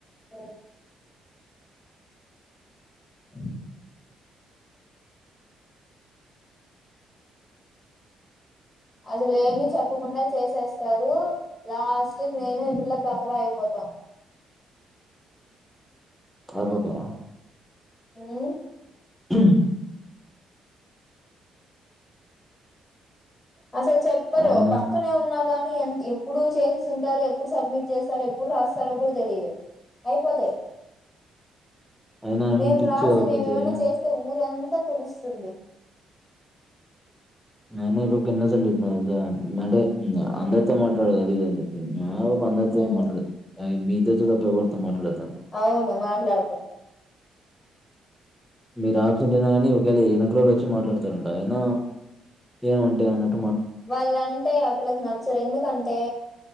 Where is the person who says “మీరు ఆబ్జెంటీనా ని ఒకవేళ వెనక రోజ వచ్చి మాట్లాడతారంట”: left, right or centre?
Centre